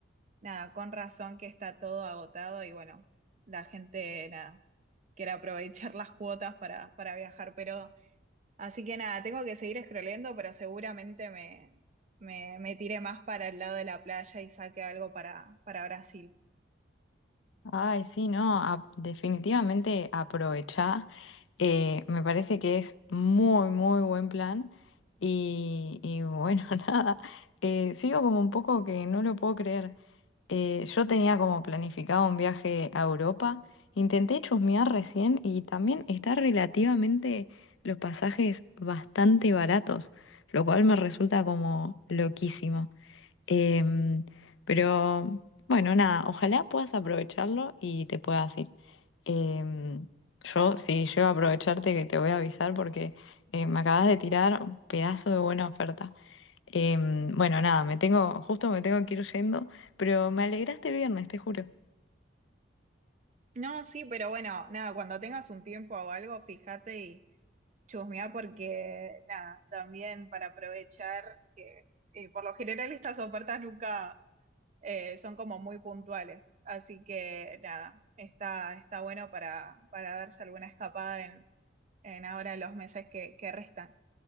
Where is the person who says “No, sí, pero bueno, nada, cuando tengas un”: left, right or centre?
Right